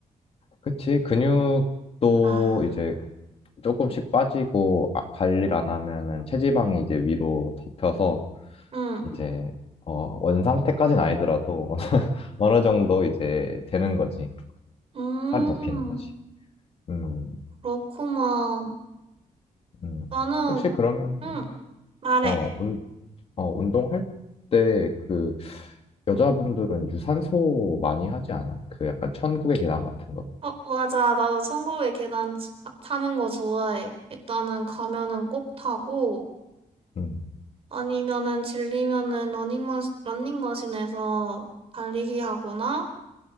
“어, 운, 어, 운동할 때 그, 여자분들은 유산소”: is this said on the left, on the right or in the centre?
Left